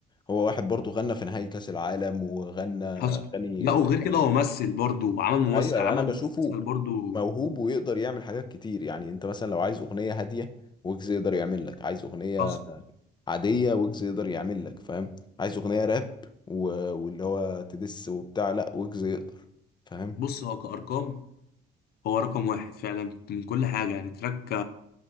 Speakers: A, on the left (about 25°); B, on the left (about 65°).
A: هو واحد برضه غنى في نهائي كاس العالم وغنى اغاني
B: حصل لا وغير
A: وطنية
B: كده هو ممثل برضه وعمل ممثل
A: ايوه
B: عمل
A: انا بشوفه
B: مسلسل برضه
A: موهوب ويقدر يعمل حاجات كتير يعني انت مثلا لو عايز اغنيه هاديه ويجز يقدر يعمل لك عايز اغنيه
B: حصل
A: عاديه ويجز يقدر يعمل لك فاهم عايز اغنيه راب و... واللي هو تدس وبتاع لا ويجز يقدر فاهم
B: بص هو كأرقام هو رقم واحد فعلا من كل حاجة يعني تراك